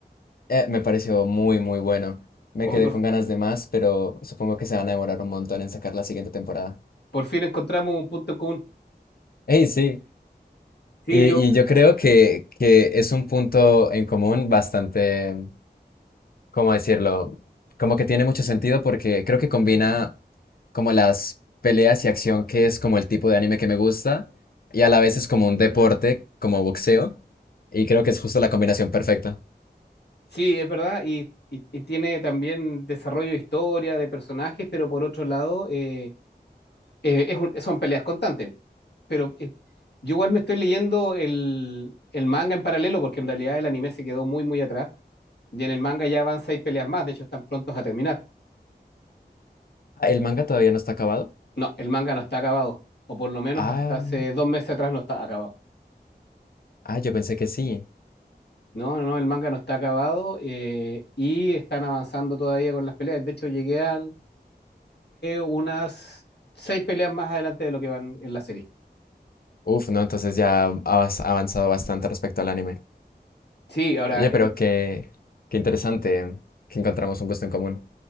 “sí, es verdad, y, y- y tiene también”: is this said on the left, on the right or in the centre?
Left